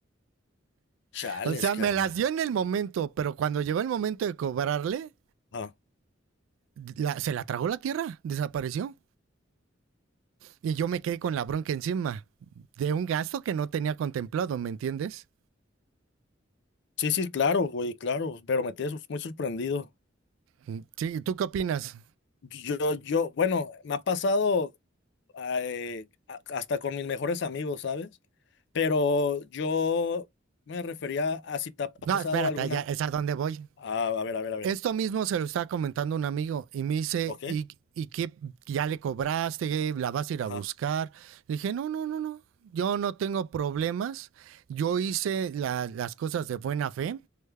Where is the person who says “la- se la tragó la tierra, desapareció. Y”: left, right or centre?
Right